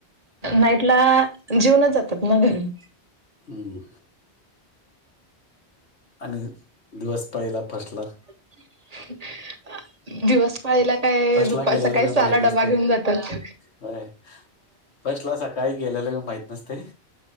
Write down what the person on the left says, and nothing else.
हम्म आणि दिवस पाळीला फर्स्टला
<inaudible>
फर्स्टला
गेल्याला
बी
माहित नसते
होय फर्स्टला सकाळी गेलेल बी माहित नसतंय.